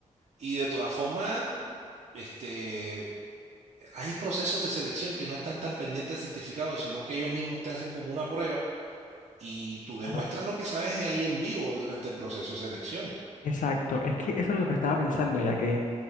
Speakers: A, on the right; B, on the left.
A: y de todas formas, este, hay procesos de selección que no están tan pendientes del certificado, sino que ellos mismos te hacen como una prueba y tú demuestras
B: Ajá.
A: lo que sabes ahí en vivo durante el proceso de selección.
B: Exacto. Es que eso es lo que estaba pensando, ya que,